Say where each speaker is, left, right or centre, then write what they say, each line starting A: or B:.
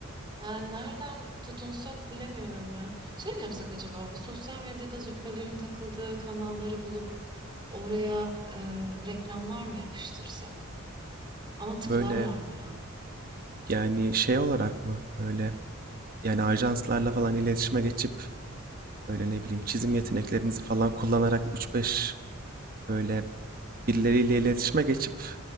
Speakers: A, on the right (about 20°); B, on the right (about 45°).
A: Yani nereden tutunsak bilemiyorum ya. Şey mi yapsak acaba bu sosyal medyada züppelerin takıldığı kanalları bulup oraya e, reklamlar mı yapıştırsak? Ama tıklarlar
B: Böyle
A: mı ya?
B: yani şey olarak mı? Böyle yani ajanslarla falan iletişime geçip böyle ne bileyim çizim yeteneklerimizi falan kullanarak üç beş böyle birileriyle iletişime geçip